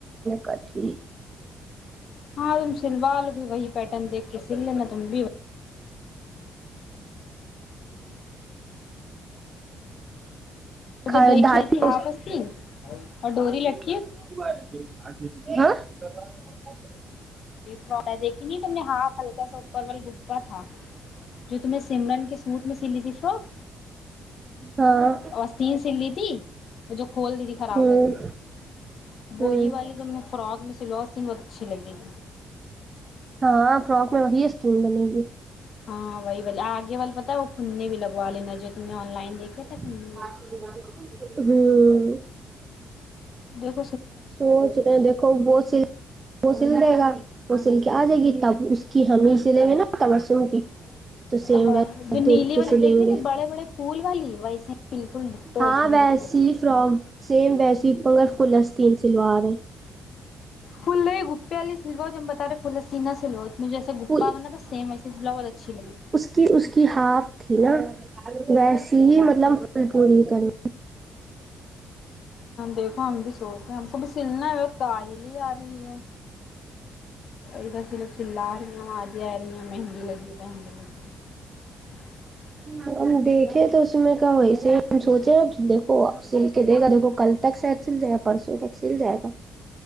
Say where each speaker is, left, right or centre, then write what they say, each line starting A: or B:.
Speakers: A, on the right; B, on the left.
A: گےٹھیک
B: ہاں تم سلوال بھی وہی بیٹھے دیکے سلن تمبی مجھے
A: ہے
B: دیکھیھی
A: ڈھائی
B: تھی ہافستین اور ڈوری ل <unintelligible>
A: السلام علیکم محترم <unintelligible>
B: فر میں دیکھی نہیں تم نے ہاف ہلکا سا اوپر وال ڈببا تھا جو تم نے سمرن کے سوٹ میں س لی تھی فرک
A: ہاں
B: وستین س لی تھی وہ جو کھول دی تھی خراب
A: ہوں
B: لگ رہی تھی وہی
A: ہوں
B: والی تو میں فراک میں سلوس تن بہت اچھی لگے گی
A: ہاں فراک میں وہی م نے گ <unintelligible>
B: ہاں وہی بے آگے والل پت ہے وہ پننے بھی لگوا لینا جو تم نے آن لائن
A: ہوں
B: دیکھے تھے پھنے وہی د <inaudible>
A: سوچ رہے ہیں دیکھو وہ سل وہ سل دے گا وہ سل کے آ جائے گی تب اس کی ہمیش سلیوی نہ ہوتا مشروم کی <unintelligible>
B: ہاں
A: ویسے
B: جو
A: دیکھ
B: نیلی
A: کے
B: والی
A: سلیں
B: دیکھ
A: گے
B: بڑے بڑے پھول والی ویسے بالکل
A: ہاں
B: ویسے ہی
A: ویسی
B: سلواؤ
A: فراک سیم ویسیپنگر فلس تین سلوار ہے
B: پھ گپے والی سلواؤ جب بتا رہے پلسی نہ سلوؤجھے جیسے گپاناا
A: فل
B: تھا سیم ویسی سلوا بہت اچھی لگی
A: کہ اس کی ہاف تھی نا ویسیے ہی مطلب پھل پوری کریں
B: دیکھو ہمم بھی س ہم کو بھی سلنا ہے وت ت ہیلی آ رہی ہے ادھر سرف س رہی ہ آجے آ رہی مہنگی لگی مہنگی لگی <unintelligible>
A: ہم دیکھیں تو اس میں کیا ویسے ہم سوچے آپ دیکو آپ سل کے دے گا دیکھو کل تک سید سل جیں آپ پرسوں تک سل جائے گا